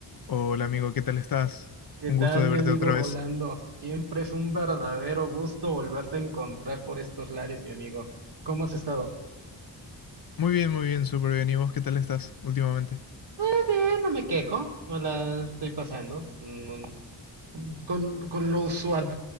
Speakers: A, on the left; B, on the right.
A: Hola amigo, ¿qué tal estás?
B: ¿Qué
A: Un
B: tal,
A: gusto de
B: mi
A: verte
B: amigo
A: otra
B: Rolando?
A: vez.
B: Siempre es un verdadero gusto volverte a encontrar por estos lares, mi amigo. ¿Cómo has estado?
A: Muy bien, muy bien, súper bien. ¿Y vos qué tal estás últimamente?
B: Eh, bien, no me quejo, no la estoy pasando, no- no- Con, con lo usual.